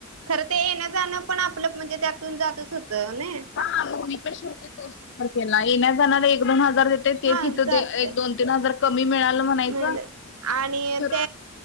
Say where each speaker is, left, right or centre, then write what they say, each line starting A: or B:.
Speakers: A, on the right; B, on the left.
A: खरं ते येणं जाणं पण आपलं म्हणजे त्यातून जातच होतं नई.
B: हा मी पण शेवटी तोच विचार केला. येण्या जाणारला एक दोन हजार देते, तेच
A: हा
B: इथं
A: जाते
B: एक दोन तीन हजार कमी मिळाल म्हणायचं.
A: मिळाले आणि
B: खर
A: ते